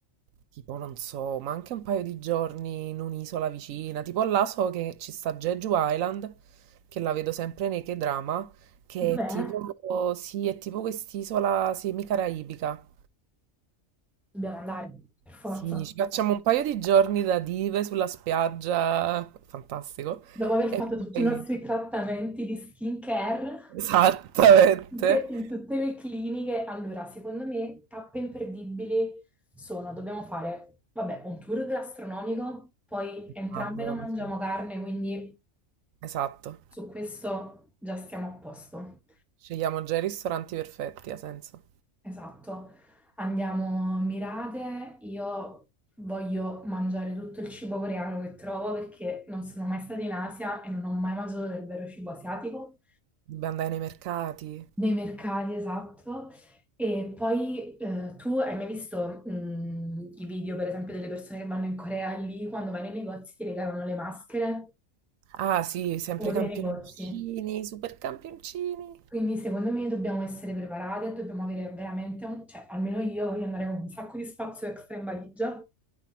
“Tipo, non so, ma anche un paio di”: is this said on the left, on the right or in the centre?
Right